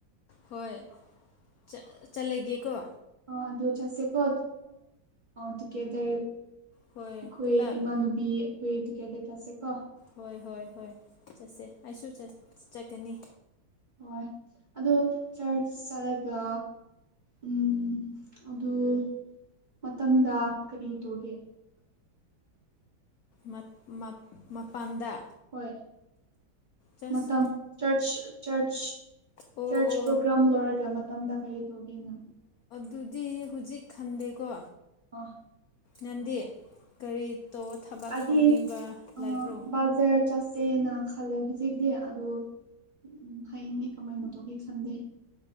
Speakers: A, on the left (about 80°); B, on the right (about 35°).
A: ꯍꯣꯏ ꯆꯠ ꯆꯠꯂꯒꯦꯀꯣ
B: ꯆ ꯑꯗꯨ ꯑꯗꯨ ꯆꯠꯁꯦ ꯀꯣ ꯇꯨꯒꯦꯗꯔ ꯑꯩꯈꯣꯏ
A: ꯍꯣꯏ ꯄꯨꯂꯞ
B: ꯏꯃꯥꯟꯅꯨꯕꯤ ꯑꯩꯈꯣꯏ ꯀꯦꯗ ꯀꯁꯦ ꯀꯣ
A: ꯍꯣꯏ ꯍꯣꯏ ꯍꯣꯏ ꯆꯠꯁꯦ ꯑꯩꯁꯨ ꯆꯠꯀꯅꯤ
B: ꯍꯣꯏ ꯑꯗꯣ ꯆꯔꯆ ꯆꯠꯂꯒ ꯎꯝ ꯑꯗꯨꯗ ꯃꯇꯝꯗ ꯀꯔꯤ ꯇꯒꯦ
A: ꯃ ꯃ ꯃꯄꯥꯟꯗ
B: ꯍꯣꯏꯣꯏ
A: ꯆꯁ
B: ꯃꯇꯝ ꯆꯆ ꯆ ꯆꯔꯆ
A: ꯑꯣ ꯑꯣ
B: ꯄ꯭ꯔꯣꯒ꯭ꯔꯥꯝ ꯂꯣꯏꯔꯒ ꯃꯇꯝꯗ ꯀꯔꯤ ꯇꯧꯒꯦꯅ
A: ꯑꯗꯨꯨꯗꯤ ꯍꯧꯖꯤꯛ ꯈꯟꯗꯦꯀꯣ
B: ꯑꯣ
A: ꯅꯪꯗꯤ ꯀꯔꯤ ꯇꯣ ꯊꯕꯛ
B: ꯑꯗꯤ
A: ꯇꯧꯅꯤꯡꯕ
B: ꯑ
A: ꯂꯩꯕ꯭ꯔꯣ
B: ꯕꯖꯥꯔ ꯆꯠꯁꯦꯅ ꯈꯜꯂꯦ ꯍꯧꯖꯤꯛꯇꯤ ꯑꯗꯨꯗ ꯎꯝ ꯍꯌꯦꯡꯗꯤ ꯀꯃꯥꯏꯅ ꯇꯣꯒꯦ ꯁꯟꯗꯦ